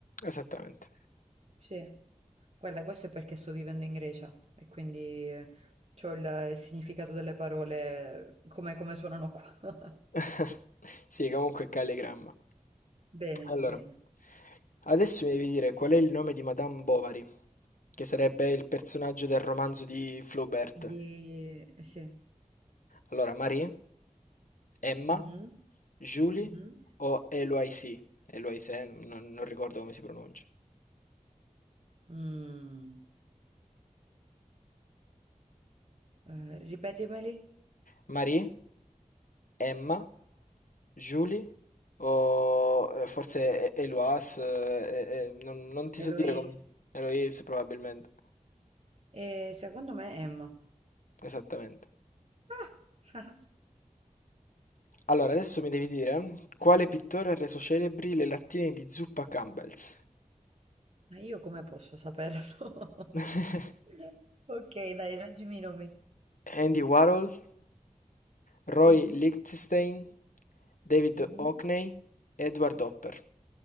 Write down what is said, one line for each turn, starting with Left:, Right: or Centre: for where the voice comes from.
Left: Esattamente.
Right: Sì. Guarda, questo è perché sto vivendo in Grecia e quindi ho il, il significato delle parole come, come suonano qua.
Left: <laughs> Sì, comunque calligramma.
Right: <laughs> Bene,
Left: Allora,
Right: bene.
Left: adesso mi devi dire qual è il nome di Madame Bovary, che sarebbe il personaggio del romanzo di Flaubert.
Right: Di... eh, Sì.
Left: Allora, Marie, Emma,
Right: Mhm,
Left: Julie
Right: mhm.
Left: o Eloise? Eloise, eh, non, non ricordo come si pronuncia.
Right: Mm. Eh, ripetimeli.
Left: Marie, Emma, Julie o eh, forse E- Eloise, eh, eh, eh, non, non ti
Right: Eloise.
Left: so dire come si... Eloise probabilmente.
Right: E secondo me Emma.
Left: Esattamente.
Right: Ah! <laughs>
Left: Allora, adesso mi devi dire quale pittore ha reso celebri le lattine di zuppa Campbell's?
Right: Ma io come posso saperlo?
Left: <laughs>
Right: <laughs> Ok, dai, leggimi i nomi.
Left: Andy Warhol, Roy
Right: Mhm,
Left: Lichtenstein, David
Right: mhm.
Left: Hockney, Edward Hopper.